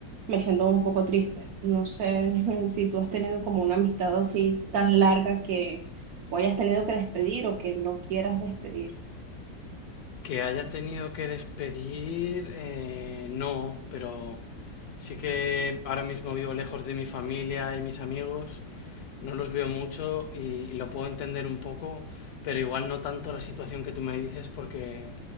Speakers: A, on the right; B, on the left.
A: me siento un poco triste. No sé <laughs> si tú has tenido como una amistad así tan larga que o hayas tenido que despedir o que no quieras despedir.
B: Que haya tenido que despedir, eh, no, pero sí que ahora mismo vivo lejos de mi familia y mis amigos, no los veo mucho y, y lo puedo entender un poco, pero igual no tanto la situación que tú me dices porque,